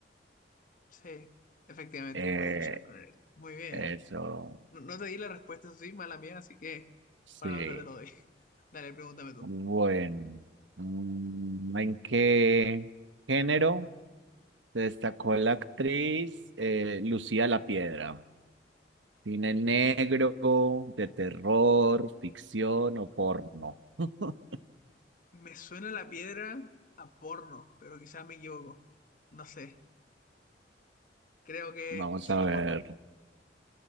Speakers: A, on the left; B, on the right.
A: Sí, efectivamente
B: Eh,
A: fue Sean Connery. Muy bien.
B: eso.
A: No, no te di la respuesta, eso sí, mala mía, así que
B: Sí.
A: para la otra te lo doy. <laughs> Dale, pregúntame tú.
B: Bueno. Mm, ¿En qué género se destacó la actriz eh, Lucía La Piedra? ¿Cine negro, de terror, ficción o porno? <laughs>
A: Me suena la piedra a porno, pero quizás me equivoco. No sé, creo que
B: Vamos
A: es cine
B: a ver.
A: porno.